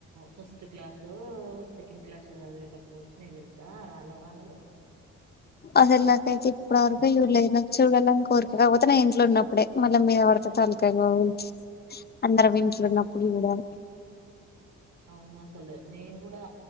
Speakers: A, on the right; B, on the left.
A: ఫస్ట్ క్లాసు సెకండ్ క్లాస్ కదిపేటప్పుడు వచ్చి నేను తెలుసా రా రాళ్ల వానలు
B: అసలు నాకైతే ఇప్పటివరకు చూడాలే నాకు చూడాలని కోరికకపోతే నా ఇంట్లో ఉన్నప్పుడే మళ్ళీ మీద పడత తాలకాయ కావచ్చు అందరం ఇంట్లోన్నప్పుడు చూడాలి
A: అవును అసలు నేను కూడా